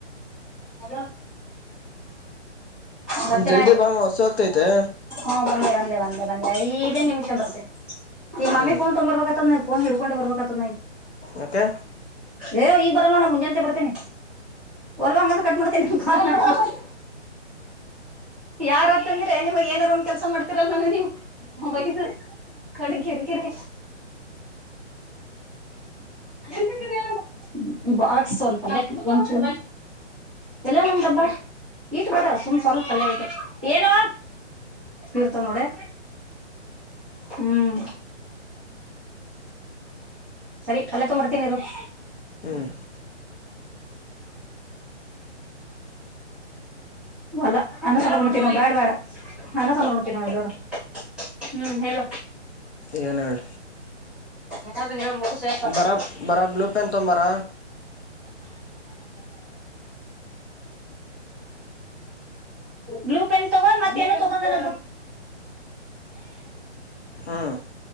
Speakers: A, in the centre; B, on the left (about 65°).
A: ಅ ಬರ್ತೇನ
B: ಜಲ್ದಿ
A: ಆಯ್ತು
B: ಬಾ ಮಾಮ ಹಸು ಆಗ್ತೈತೆ
A: ಹಾ ಬಂದೆ ಬಂದೆ ಬಂದೆ ಬನ್ನೆ ಐದೇ ನಿಮಿಷ ಬರ್ತೆ ಈ ಮಾಮಿ
B: ಹ್ಮ್
A: ಫೋನ್ ತೊಂಬರ್ಬೇಕತ್ತ ನ ಫೋನ್ ಹಿಡ್ಕೊಂಡೆ ಬರ್ಬೇಕತ್ತ ನವು
B: ಇತ್ತೆ
A: ಏ್ ಈಗ ಬರಲ್ವಣ ಮುಂಜಾನಂತೆೆ ಬರ್ತೇನಿ ಹೊಲ್ವ ಹಂಗಂತ ಕಟ್ ಮಾಡ್ತೀನಿ ನಮ ಕ ಯಾರತ್ ಅಂದ್ರೆ ನಿವಾಗ ಏನಾರ ಒಂದ ಕೆಲ್ಸ ಮಾಡ್ತಿರಲ್ ನಾನು ನೀವು ಬಸ ಕಡೆ ಕಿರಿ ಕೆರೆ <unintelligible> ಬಾಗಸುಂತ ಒಂಚೂ ಎಲ್ಲ ನಮ್ದಬ್ಬಾ ಈಟ್ ಮಾಡಡ ಸುಮ್ ಸ್ವಲ್ಪ ಅಲ್ಲೇ ಇದೆ ಏನವ ತೀರ್ತನೋಡೆ ಹ್ಮ್ ಸರಿ ಕಲೆ ತೊಂಬರ್ತೀನಿರು <inaudible>
B: ಹ್ಮ್
A: ಲ್ಲ ಅನ್ನ ಸಂಭ್ರಮತ ನಾ ಬ್ಯಾಡ ಬೇಡ ಅನ್ನ ಸಂಭ್ರಮ ನಾವ್ ಎಲ್ಲರೂ ಹ್ಮ್ ಹೇಳ
B: ಏನದು
A: ಎ ನಿ ಮುು ಸೇಫ
B: ಬರ
A: ಸ್ <inaudible>
B: ಬರ ಬ್ಲೂ ಪೆನ್ ತೊಂಬಾರ
A: ಬ್ಲೂ ಪೆನ್ ತಗೋ ಮತ್ತ ಏ ತಗೊಂಡ ಹೇಳ
B: ಹ್ಮ್